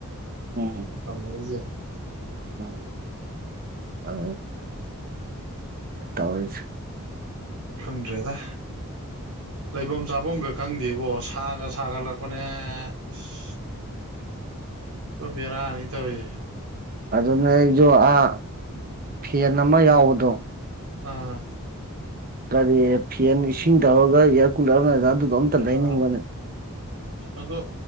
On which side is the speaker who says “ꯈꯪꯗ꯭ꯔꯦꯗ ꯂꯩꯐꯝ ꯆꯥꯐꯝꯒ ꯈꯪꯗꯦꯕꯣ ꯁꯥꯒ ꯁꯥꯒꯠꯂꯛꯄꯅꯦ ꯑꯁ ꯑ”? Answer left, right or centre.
Right